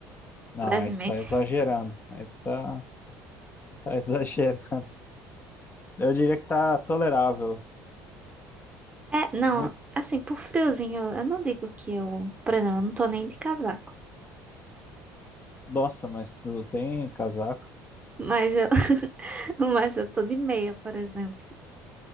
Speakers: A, on the left; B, on the right.
A: Não,
B: levemente.
A: aí tu tá exagerando. Aí tu tá, tá <laughs> exagerando. Eu diria que tá tolerável.
B: É, não,
A: Muito.
B: assim, por friozinho, eu não digo que eu, por exemplo, eu não tô nem de casaco.
A: Nossa, mas tu não tem casaco?
B: Mas eu, <laughs> mas eu tô de meia, por exemplo.